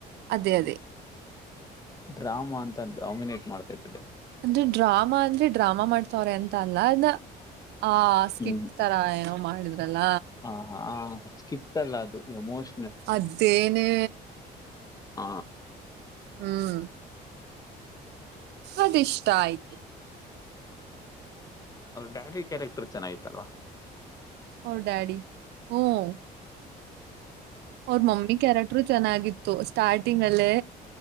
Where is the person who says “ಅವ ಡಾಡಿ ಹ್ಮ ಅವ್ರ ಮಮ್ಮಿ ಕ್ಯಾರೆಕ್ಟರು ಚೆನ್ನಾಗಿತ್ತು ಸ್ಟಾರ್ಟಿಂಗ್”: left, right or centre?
Right